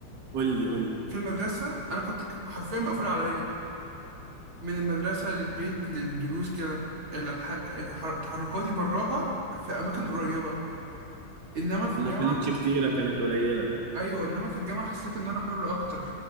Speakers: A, on the right; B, on the right.
A: قول لي قول لي
B: في المدرسة أنا كنت حرفيا مقفول عليا من المدرسة للبيت للدروس كده الح... الح... تحركاتي براها في أماكن قريبة إنما في
A: ما
B: الجامعة
A: كانتش كتيرة كانت قليلة
B: أيوه إنما في الجامعة حسيت إن أنا حر أكتر